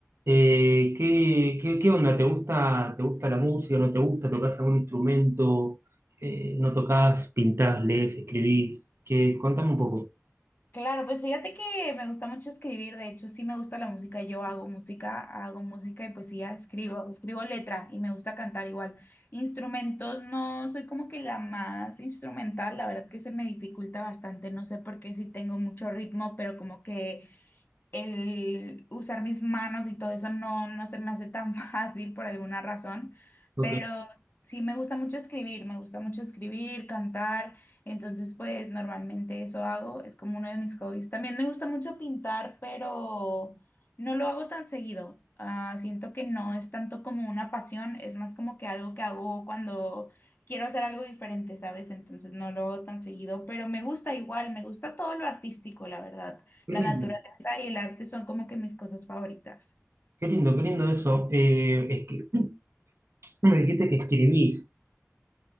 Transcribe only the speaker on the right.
eh, ¿qué, qué, qué onda? ¿Te gusta, te gusta la música? ¿No te gusta? ¿Tocás algún instrumento? Eh, ¿no tocás? ¿Pintás? ¿Lees? ¿Escribís? ¿Qué? Contame un poco.
Ok,
Qué
lindo,
qué lindo, qué lindo eso. Eh, es que <clears throat> me dijiste que escribís.